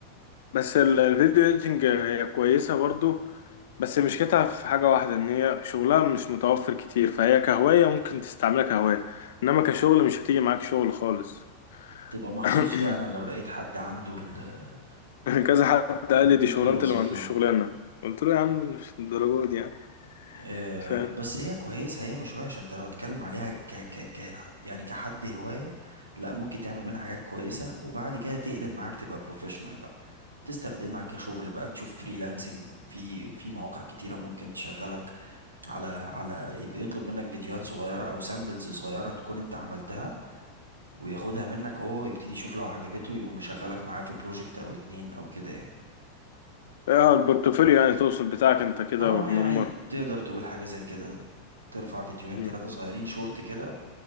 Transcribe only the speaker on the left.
بس ال- الفيديو اديتنج هي كويسة برضو بس مشكلتها في حاجة واحدة ان هي شغلها مش متوفر كتير فهي كهواية ممكن تستعملها كهواية انما كشغل مش هتيجي معاك شغل خالص
<coughs>
كذا حد
قال لي دي شغلانة
اللي ما عندوش شغلانة قلت له يا عم مش الدرجة دي يعني
فاهم
اه البورتفوليو يعني تقصد بتاعك انت كده
وتنمر
مم.